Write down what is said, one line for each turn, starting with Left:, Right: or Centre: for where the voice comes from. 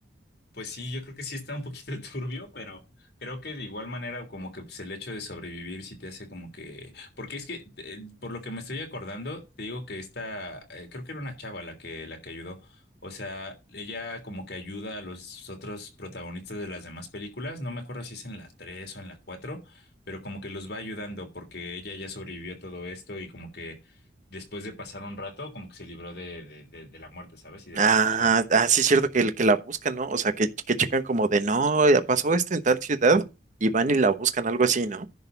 Left: Pues sí, yo creo que sí está un poquito <laughs> turbio, pero creo que de igual manera como que pues, el hecho de sobrevivir sí te hace como que... Porque es que, eh, por lo que me estoy acordando, te digo que esta, eh, creo que era una chava la que, la que ayudó. O sea, ella como que ayuda a los otros protagonistas de las demás películas. No me acuerdo si es en la 3 o en la 4, pero como que los va ayudando porque ella ya sobrevivió a todo esto y como que después de pasar un rato, como que se libró de, de, de de la muerte, ¿sabes? Y de
Right: Ah,
Left: lo que pasaba.
Right: ah, sí, es cierto que, que la buscan, ¿no? O sea, que, que checan como de, no, ya pasó esto en tal ciudad y van y la buscan, algo así, ¿no?